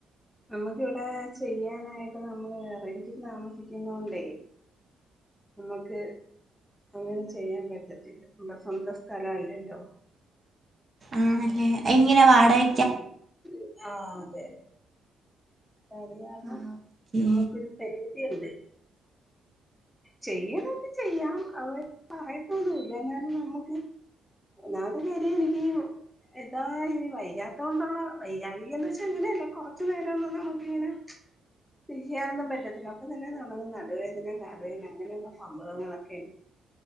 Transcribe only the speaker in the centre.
നമ്മക്കിവിടെ ചെയ്യാനായിട്ട് നമ്മള് ഹൈ റേഞ്ചിൽ താമസിക്കുന്നോണ്ടേ നമ്മക്ക് അങ്ങനെ ചെയ്യാൻ പറ്റത്തില്ല. നമ്മടെ സ്വന്തം സ്ഥലം അല്ലല്ലോ.
ആണ് ആഹ് അതേയതേ അത് കാരണം
നമുക്കൊരു പരിമിതിയൊണ്ട് ചെയ്യലൊക്കെ ചെയ്യാം. അവരൊന്നും പറയത്തൊന്നുവില്ല. എന്നാലും നമ്മക്ക് ഒന്നാമത്തെ കേര്യം ഇടിയും എതാ ഇനി വൈയ്യാത്തോണ്ടാണോ? വൈയ്യാഴക എന്ന് വെച്ചാ അങ്ങനെയല്ല കൊറച്ചു നേരം ഒന്നും നമുക്ക് ഇങ്ങനെ ഇരിക്കാനൊന്നും പറ്റത്തില്ല. അപ്പത്തന്നെ തൊടങ്ങും നടുവേദന കാലുവേദന അങ്ങനെയുള്ള സംഭവങ്ങളൊക്കെ